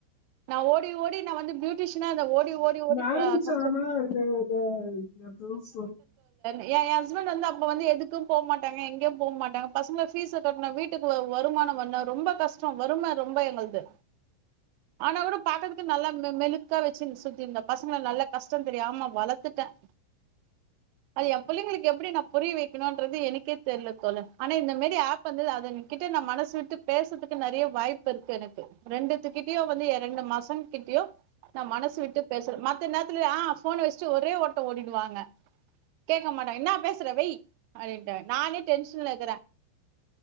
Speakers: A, on the right; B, on the left.
A: நான் ஓடி ஓடி நான் வந்து பியூட்டிஷனா ஓடி ஓடி ஓடி
B: மேரிஜ்
A: க கஷ்ட
B: ஆனா இத இத <unintelligible>
A: என் ஹஸ்பண்ட் வந்து அப்ப வந்து எதுக்கும் போக மாட்டாங்க எங்கேயும் போக மாட்டாங்க பசங்க பபீஸ் கட்டும் வீட்டுக்கு வருமானம் வருனு ரொம்ப கஷ்டம் வருறுமை ரொம்ப எங்களது ஆனா கூட பாக்கறதுக்கு நல்லா மெழுக்கா வச்சு சுத்தி இருந்தேன் பசங்க நல்ல கஷ்டம் தெரியமா வளர்த்துட்டேன் அது என் பிள்ளைங்களுக்கு எப்டி நான் புரிய வைக்கணும்ன்றது எனக்கே தெரியல தோழர் ஆனா இந்த மாரி ஆப் வந்துது அதன் கிட்ட நான் மனசு விட்டு பேசுறதுக்கு நிறைய வாய்ப்பு இருக்கு எனக்கு ரெண்டுத்துக்கிட்டயோ வந்து ரெண்டு பாசகிட்டயோ நான் மனசு விட்டு பேசுறேன் மற்ற நேரத்துல ஆ போபனை வச்சுட்டு ஒரே ஓட்டம் ஓடிடுவாங்க கேட்க மாட்டேங்க என்னான் பேசுற வெய் அப்படின்ங்க நானே டென்ஷன்ல இரு